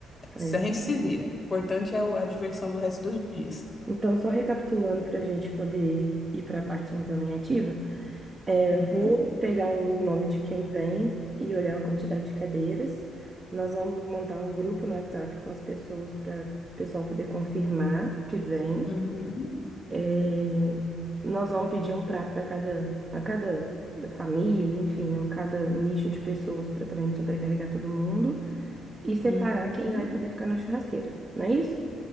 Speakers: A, on the right; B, on the left.
A: É.
B: Se a gente se vira. O importante é o- a diversão do resto dos dias.
A: Então, só recapitulando para a gente poder ir para a parte encaminhativa, é,
B: Uhum,
A: vou pegar o nome de quem vem e olhar a quantidade de cadeiras. Nós vamos montar um grupo no WhatsApp com as pessoas para o pessoal poder confirmar que vem.
B: uhum,
A: É, Nós vamos pedir um prato para cada, a cada família, enfim, ou cada nicho de pessoas, para também não sobrecarregar todo mundo, e separar
B: uhum.
A: quem vai poder ficar na churrasqueira, não é isso?